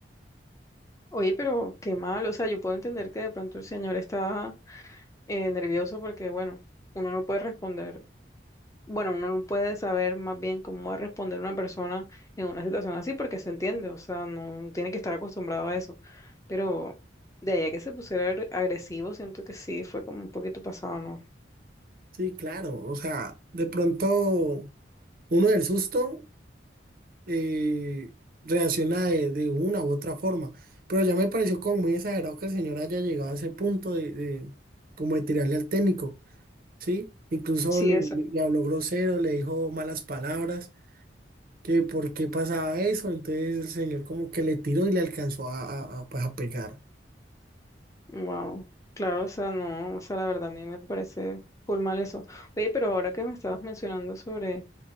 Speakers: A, on the left; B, on the right.
A: Oye, pero qué mal, o sea, yo puedo entender que de pronto el señor estaba eh, nervioso porque, bueno, uno no puede responder, bueno, uno no puede saber más bien cómo va a responder una persona en una situación así porque se entiende, o sea, no tiene que estar acostumbrado a eso. Pero de ahí a que se pusiera agre- agresivo, siento que sí, fue como un poquito pasado, ¿no?
B: Sí, claro, o sea, de pronto uno del susto eh, reacciona de, de una u otra forma, pero ya me pareció como muy exagerado que el señor haya llegado a ese punto de, de como de tirarle al técnico, ¿sí? Incluso
A: Sí,
B: le, le habló grosero, le dijo malas palabras. que por qué pasaba eso, entonces el señor como que le tiró y le alcanzó a, a- a, pues, a pegar.
A: Wow, claro, o sea, no, o sea, la verdad a mí me parece full mal eso. Oye, pero ahora que me estabas mencionando sobre